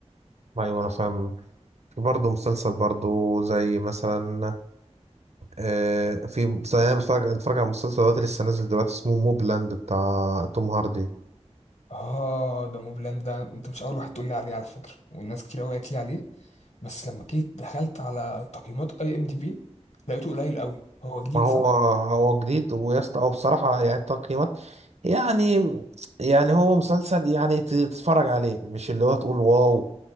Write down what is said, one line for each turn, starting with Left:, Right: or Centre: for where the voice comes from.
Right: ايوه انا فاهم برضه مسلسل برضه زي مثلا آه في زي انا بتفرج اتفرج على مسلسل دلوقتي لسه نازل دلوقتي اسمه موبلاند بتاع توم هاردي
Left: اه ده موبلاند ده انت مش اول واحد تقول لي عليه على فكره والناس كتير قوي قالت لي عليه بس لما جيت دخلت على تقييمات اي ام دي بي لقيته قليل قوي هو جديد
Right: ما هو
Left: صح
Right: هو جديد ويست او بصراحة يعني التقييمات يعني يعني هو مسلسل يعني ت- تتفرج عليه مش اللي هو تقول واو